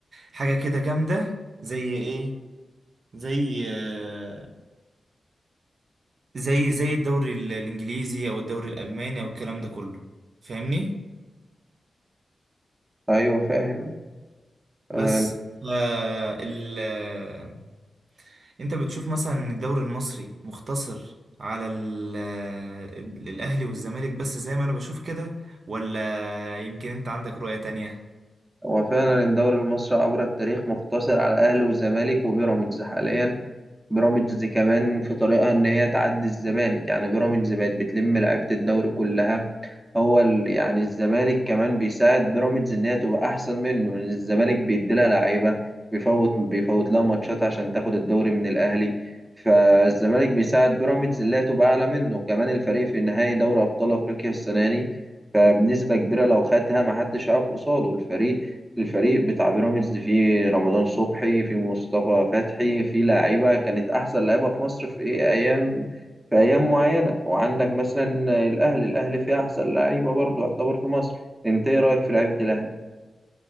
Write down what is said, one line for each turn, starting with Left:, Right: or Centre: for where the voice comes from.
Right: حاجة كده جامدة زي ايه زي آه، زي زي الدوري ال- الانجليزي او الدوري الالماني او الكلام ده كله فاهمني
Centre: ايوه فاهم
Right: بس
Centre: آه،
Right: آه ال آه، انت بتشوف مثلا ان الدوري المصري مختصر على ال آه، الاهلي والزمالك بس زي ما انا بشوف كده ولا يمكن انت عندك رؤية تانية
Centre: هو فعلا الدوري المصري عبر التاريخ مقتصر على الاهلي والزمالك وبيراميدز حاليا بيراميدز كمان في طريقها ان هي تعدي الزمالك يعني بيراميدز بقت بتلم لعيبة الدوري كلها هو ال- يعني الزمالك كمان بيساعد بيراميدز ان هي تبقى احسن منه لان الزمالك بيديلها لعيبة بيفوت بيفوت لها ماتشات عشان تاخد الدوري من الاهلي فالزمالك بيساعد بيراميدز ان هي تبقى اعلى منه كمان الفريق في نهائي دوري ابطال افريقيا السنة دي فبنسبة كبيرة لو خدها محدش هيقف قصاده الفريق الفريق بتاع بيراميدز فيه رمضان صبحي فيه مصطفى فتحي فيه لاعيبة كانت أحسن لاعيبة في مصر في إيه أيام في أيام معينة وعندك مثلا الأهلي الأهلي فيه أحسن لاعيبة برضه يعتبر في مصر أنت إيه رأيك في لعيبة الأهلي؟